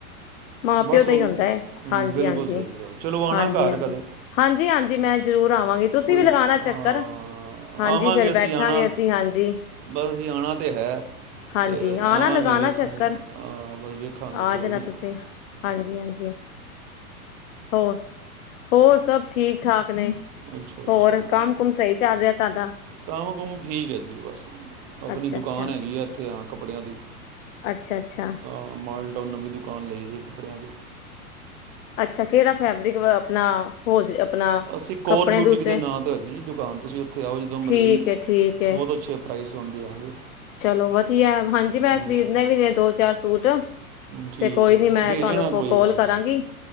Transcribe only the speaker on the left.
ਮਾਂ
ਪਿਓ ਦਾ
ਹੀ ਹੁੰਦਾ ਹੈ
ਹਾਂਜੀ
ਹਾਂਜੀ
ਹਾਂਜੀ
ਹਾਂਜੀ
ਹਾਂਜੀ ਹਾਂਜੀ ਮੈਂ ਜ਼ਰੂਰ ਆਵਾਂਗੀ ਤੁਸੀਂ
ਵੀ ਲਗਾਉਣਾ
ਚੱਕਰ ਹਾਂਜੀ
ਫੇਰ ਬੈਠਾਂਗੇ
ਅਸੀਂ ਹਾਂਜੀ
ਹਾਂਜੀ
ਆ
ਨਾ ਲਗਾਣਾ
ਚੱਕਰ
ਆ
ਜਾਣਾ
ਤੁਸੀਂ ਹਾਂਜੀ ਹਾਂਜੀ ਹੋਰ ਹੋਰ ਸਭ ਠੀਕ ਠਾਕ ਨੇ
ਹੋਰ ਕੰਮ ਕੁਮ ਸਹੀ ਚੱਲ ਰਿਹਾ ਤੁਹਾਡਾ
ਅੱਛਾ
ਅੱਛਾ
ਅੱਛਾ ਅੱਛਾ
ਅੱਛਾ ਕਿਹੜਾ ਫੈਬਰਿਕ ਵ ਆਪਣਾ ਹੋ ਆਪਣਾ
ਕੱਪੜੇ
ਦੂਸਰੇ
ਠੀਕ ਹੈ ਠੀਕ ਹੈ
ਚਲੋ ਵਧੀਆ ਹਾਂਜੀ ਮੈਂ
ਖਰੀਦਣੇ ਵੀ ਨੇ ਦੋ ਚਾਰ ਸੂਟ
ਤੇ ਕੋਈ ਨੀ ਮੈਂ
ਤੁਹਾਨੂੰ
ਫੋ ਕੋਲ
ਕਰਾਂਗੀ